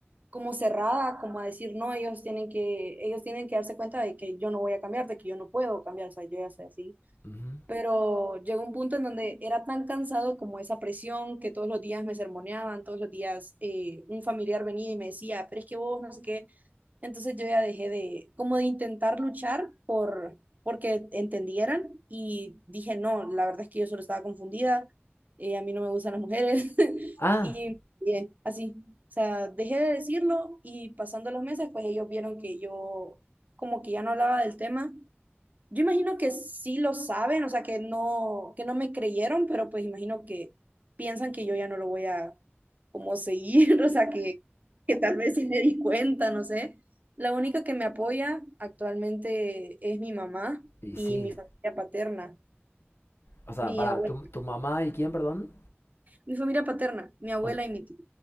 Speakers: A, on the right; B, on the left.
A: como cerrada, como a decir, no, ellos tienen que, ellos tienen que darse cuenta de que yo no voy a cambiar, de que yo no puedo cambiar, o sea, yo ya soy así.
B: Ujú.
A: Pero llegó un punto en donde era tan cansado como esa presión que todos los días me sermoneaban, todos los días eh, un familiar venía y me decía, pero es que vos no sé qué, entonces yo ya dejé de, como de intentar luchar por, porque entendieran y dije, no, la verdad es que yo solo estaba confundida, eh, a mí no me gustan las mujeres <laughs>
B: Ah,
A: y eh, así, o sea, dejé de decirlo y pasando los meses, pues ellos vieron que yo como que ya no hablaba del tema yo imagino que sí lo saben, o sea, que no, que no me creyeron, pero pues imagino que piensan que yo ya no lo voy a como seguir, <laughs> o sea, que, que tal vez sí me di cuenta, no sé. La única que me apoya actualmente es mi mamá
B: y
A: y
B: sí.
A: mi familia paterna,
B: O sea,
A: mi
B: para
A: abuela,
B: tu, tu mamá y quién, perdón.
A: mi familia paterna, mi abuela
B: O, s-
A: y mi tía,